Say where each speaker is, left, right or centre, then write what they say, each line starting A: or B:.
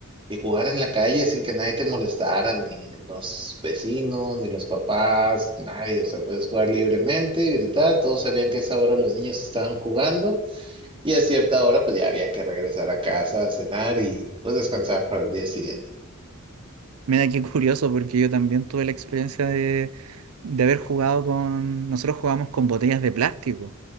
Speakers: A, on the right (about 25°); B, on the right (about 75°).
A: y jugar en la calle sin que nadie te molestara, ni los vecinos, ni los papás, nadie. O sea, puedes jugar libremente, gritar. Todos sabían que a esa hora los niños estaban jugando y a cierta hora pues ya había que regresar a casa a cenar y pues descansar para el día siguiente.
B: Mira qué <laughs> curioso, porque yo también tuve la experiencia de, de haber jugado con, nosotros jugábamos con botellas de plástico,